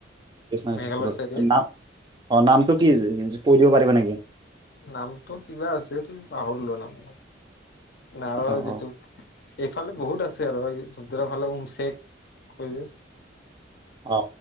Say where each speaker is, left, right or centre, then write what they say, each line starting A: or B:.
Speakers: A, on the right; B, on the left.
A: কৃষ্ণাইৰ
B: মেঘালয়
A: ভিতৰত
B: চাইডে
A: অ নাম অ নামটো কি কৈ দিব পাৰিবা নেকি?
B: নামটো কিবা আছিল পাহৰলোৱা নাম। নাহৰৰ
A: অ অ
B: যিতু, এইফালে বহুত আছে আৰু এই ধূপধাৰা ফালে উওমশেক ক,
A: অ